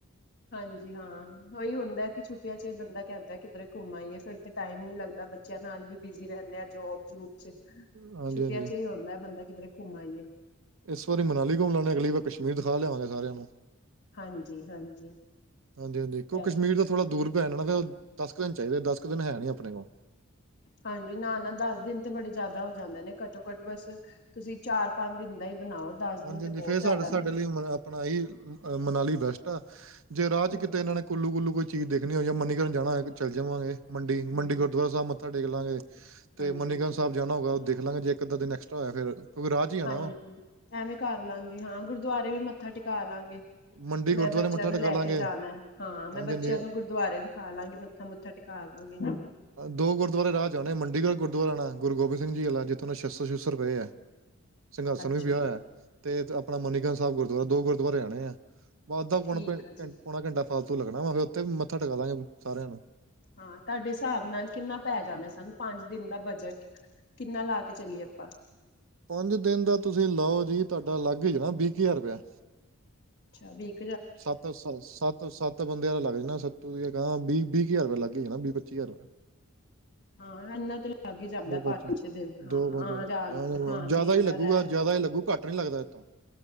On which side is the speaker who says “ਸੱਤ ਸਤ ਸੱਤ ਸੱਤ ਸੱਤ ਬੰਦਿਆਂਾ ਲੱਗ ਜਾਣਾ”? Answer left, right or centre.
Right